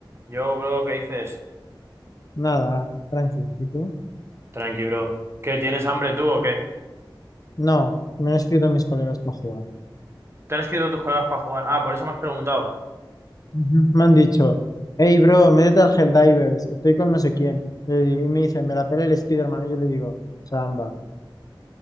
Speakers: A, on the right; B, on the left.
A: Yo, bro, ¿qué dices?
B: Nada, tranqui. ¿Y tú?
A: Tranqui, bro. ¿Qué, tienes hambre tú o qué?
B: No, me han escrito mis colegas para jugar.
A: ¿Te han escrito tus colegas para jugar? Ah, por eso me has preguntado.
B: Ujú. Me han dicho, hey bro, métete al Helldivers, estoy con no sé quién. Y me dicen, me la pela el Spiderman. Y yo le digo, Samba.